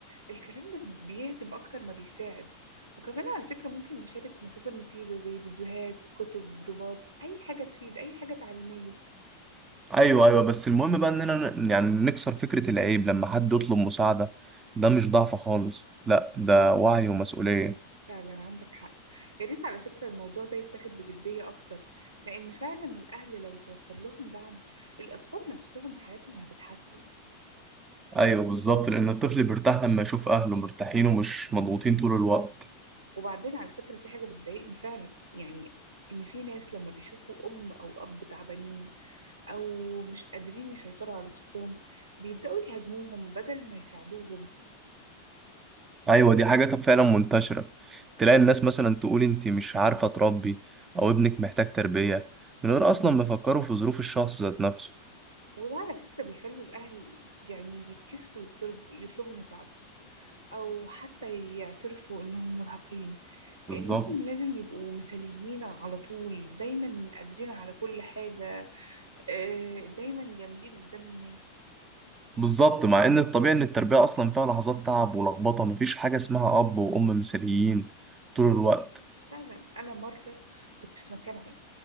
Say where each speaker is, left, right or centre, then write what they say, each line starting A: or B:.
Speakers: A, on the right; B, on the right.
A: الكلام ده بيهدم أكتر ما بيساعد وكمان على فكرة ممكن نشارك مصادر مفيدة زي فيديوهات كتب جروبات أي حاجة تفيد أي حاجة تعليمية
B: ايوه ايوه بس المهم بقى اننا ن- يعني نكسر فكرة العيب لما حد يطلب مساعدة ده مش ضعف خالص لا ده وعي ومسؤولية
A: فعلا عندك حق يا ريت على فكرة الموضوع ده يتاخد بجدية أكتر لأن فعلا الأهل لو توفر لهم دعم الأطفال نفسهم حياتهم هتتحسن
B: ايوه بالظبط لان الطفل بيرتاح لما يشوف اهله مرتاحين ومش مضغوطين طول الوقت
A: وبعدين على فكرة في حاجة بتضايقني فعلا يعني إن في ناس لما بيشوفوا أم أو أب تعبانين أو مش قادرين يسيطروا على طفلهم بيبدأوا يهاجموهم بدل ما يساعدوهم
B: ايوه دي حاجة فعلا منتشرة تلاقي الناس مثلا تقول انت مش عارفة تربي او ابنك محتاج تربية من غير اصلا ما يفكروا في ظروف الشخص ذات نفسه
A: وده على فكرة بيخلي الأهل يعني يتكسفوا يطلب- يطلبوا مساعدة أو حتى يعترفوا إنهم مرهقين كأنهم
B: بالظبط
A: لازم يبقوا مثاليين على طول دايما قادرين على كل حاجة آه، دايما جامدين قدام الناس
B: بالظبط مع ان الطبيعي ان التربية اصلا فيها لحظات تعب ولخبطة مفيش حاجة اسمها اب وام مثاليين طول الوقت
A: فعلا أنا مرة كنت في مكان عام